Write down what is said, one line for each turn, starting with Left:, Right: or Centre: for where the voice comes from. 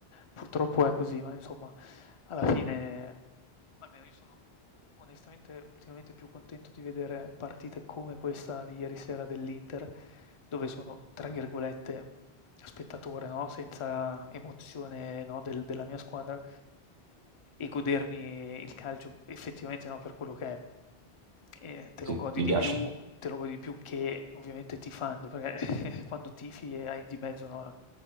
Left: purtroppo è così, ma insomma alla fine Almeno io sono onestamente ultimamente più contento di vedere partite come questa di ieri sera dell'Inter, dove sono, tra virgolette, spettatore, no? Senza emozione, no, del- della mia squadra e godermi il calcio effettivamente, no, per quello che è. E te
Right: Sì,
Left: lo godi
Right: mi
Left: di
Right: piace.
Left: più, te lo godi di più che ovviamente tifando, perché <laughs> quando tifi e hai di mezzo, no,